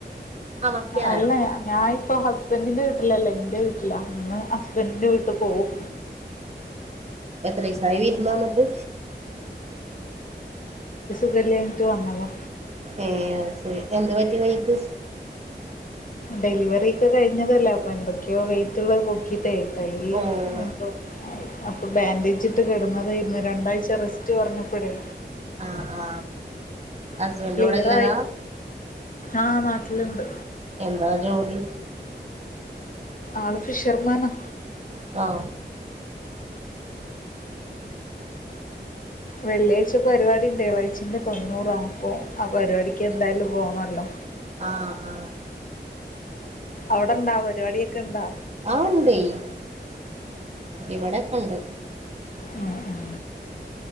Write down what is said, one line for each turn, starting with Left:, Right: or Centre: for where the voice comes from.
Right: ആഹ് മത്തി അറിയാം
Left: അല്ല ഞൻ ഇപ്പൊ ഹസ്ബന്റിന്റെ വീട്ടിലല്ല ഇന്റെ വീട്ടിലാ ഇന്ന് ഹസ്ബൻഡിന്റെ വീട്ട്പോവും
Right: എത്രീസായി വിരുന്ന് വന്നിട്ട്
Left: സുഖല്ല്യാഞ്ഞിട്ട് വന്നതാ
Right: ഏ അത്ശരി എന്ത് പറ്റി കയ്യ്ക്ക്
Left: ഡെലിവറി ഒക്കെ കഴിഞ്ഞതല്ലേ അപ്പൊ എന്തൊക്കെയോ വെയിറ്റ്ള്ളത് പൊക്കിട്ടേ കയ്യ്
Right: ഓഹ്
Left: എന്തോ ആയി അപ്പൊ ബാൻഡേജ് ഇട്ട് കെടന്നതേര്ന്ന് രണ്ടാഴ്ച റെസ്റ്റ് പറഞ്ഞപ്പഴേ
Right: ആ ആ ഹസ്ബന്റ്
Left: ഇപ്പൊ ക്ലിയറായി
Right: വടെല്ലതാ
Left: ആ നാട്ടിലുണ്ട്
Right: എന്താ ജോലി
Left: ആള് ഫിഷർമാനാ
Right: ആ
Left: വെള്ളിയാഴ്ച പരിപാടിണ്ട് ഇളെച്ചിന്റെ തൊണ്ണൂറാ അപ്പോ ആ പരിപാടിക്ക് എന്തായാലും പോണല്ലോ
Right: ആ ആഹ്
Left: അവിടെ ഇണ്ടാ പരിപാടിയൊക്കെ ഇണ്ടാ
Right: ആ ഉണ്ടേയ് ഇവിടെക്കണ്ട്
Left: ഉം ഉം.